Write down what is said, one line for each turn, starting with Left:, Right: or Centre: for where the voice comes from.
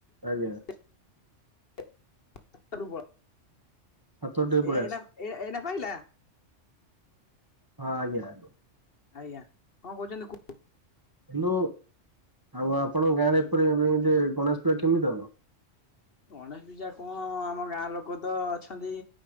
Right: ଆଜ୍ଞା,
Left: <unintelligible> ଏ ଏଇନା
Right: ଛାତକୁ ଟିକେ ପଳେଇ
Left: ପାଇଲା?
Right: ଆସ ହଁ ଆଜ୍ଞା,
Left: ଆଜ୍ଞା, କଣ କହୁଛନ୍ତି କୁ?
Right: ହେଲୋ, ଆଉ ଆପଣଙ୍କ ଗାଁରେ ଏପରି ଏବେ ଗଣେଶ ପୂଜା କେମିତି ହବ?
Left: ଗଣେଶ ପୂଜା କଣ ଆମ ଗାଁ ଲୋକ ତ ଅଛନ୍ତି।